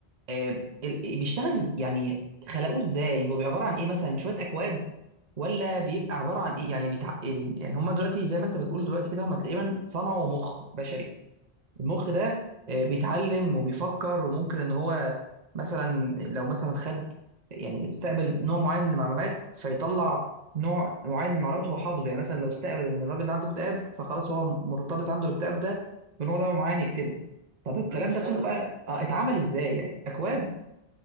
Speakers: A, on the right (about 40°); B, on the right (about 70°).
A: آه، ال- بيشتغل إز- يعني خلقوه ازاي هو بيبقى عباره عن ايه مثلا شويه اكواد ولا بيبقى عباره عن ايه يعني بيتع... ال- يعني هم دلوقتي زي ما انت بتقول دلوقتي كده هم تقريبا صنعوا مخ بشري المخ ده آه، بيتعلم وبيفكر وممكن ان هو مثلا لو مثلا خد يعني استقبل نوع معين من المعلومات فيطلع نوع معين من المعلومات هو حافظه يعني مثلا لو استقبل ان الراجل ده عنده اكتئاب فخلاص هو مرتبط عنده الاكتئاب ده بنوع ده معين يكتبه طب الكلام
B: ده دي سهله
A: ده كله بقى آه اتعمل ازاي يعني اكواد